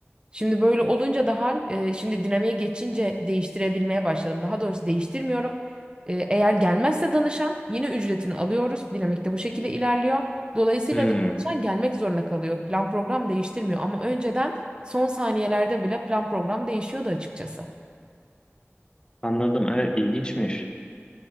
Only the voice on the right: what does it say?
Şimdi böyle olunca da hal, e, şimdi dinamiğe geçince değiştirebilmeye başladım. Daha doğrusu değiştirmiyorum. E, eğer gelmezse danışan yine ücretini alıyoruz. Dinamik de bu şekilde ilerliyor. Dolayısıyla
da danışan gelmek zorunda kalıyor. Plan program değiştirmiyor ama önceden son saniyelerde bile plan program değişiyordu açıkçası.